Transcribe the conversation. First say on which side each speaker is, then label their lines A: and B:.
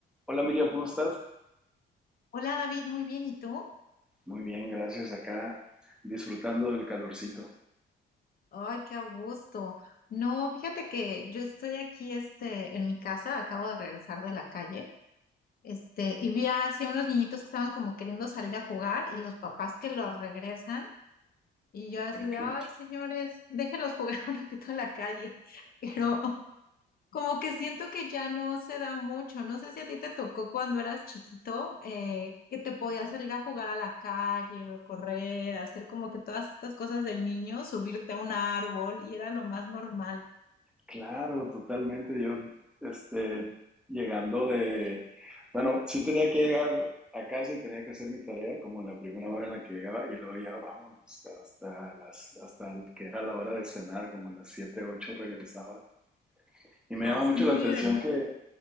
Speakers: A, in the centre; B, on the left.
A: Hola Miriam, ¿cómo estás?
B: Hola David, muy bien, ¿y tú?
A: Muy bien, gracias. Acá disfrutando del calorcito.
B: Ay, qué a gusto. No, fíjate que yo estoy aquí este, en mi casa, acabo de regresar de la calle, este, y vi así a unos niñitos que estaban como queriendo salir a jugar y los papás que los regresan y yo así
A: ¿Por
B: de,
A: qué?
B: ay, señores, déjenlos jugar <laughs> un ratito en la calle, pero Como que siento que ya no se da mucho. No sé si a ti te tocó cuando eras chiquito, eh, que te podías salir a jugar a la calle, correr, hacer como que todas estas cosas del niño, subirte a un árbol y era lo más normal.
A: Claro, totalmente. Yo, este, llegando de... Bueno, sí tenía que llegar a casa y tenía que hacer mi tarea como en la primera hora en la que llegaba y luego ya vámonos hasta las, hasta el que era la hora de cenar, como a las 7, 8 regresaba. Y
B: Ajá,
A: me llama
B: sí,
A: mucho la atención
B: ¿verdad?
A: que,